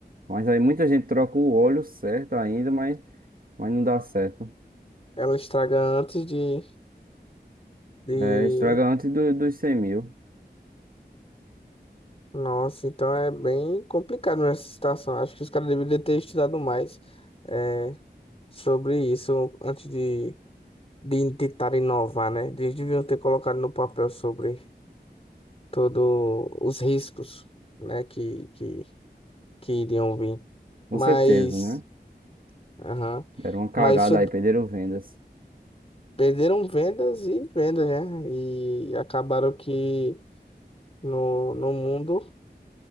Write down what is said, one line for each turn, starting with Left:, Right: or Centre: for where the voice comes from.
Right: Mas aí muita gente troca o óleo certo ainda, mas, mas não dá certo.
Left: Ela estraga antes de, de...
Right: É, estraga antes do- dos 100 mil,
Left: Nossa, então é bem complicado nessa situação. Acho que os caras deveriam ter estudado mais é, sobre isso antes de, de tentar inovar, né? Eles deviam ter colocado no papel sobre todos os riscos, né? Que, que que iriam vir.
Right: com
Left: Mas,
Right: certeza, né?
Left: aham,
Right: Deram uma cagada
Left: mas sub-
Right: aí, perderam vendas.
Left: perderam vendas e vendas, né? E acabaram que no, no mundo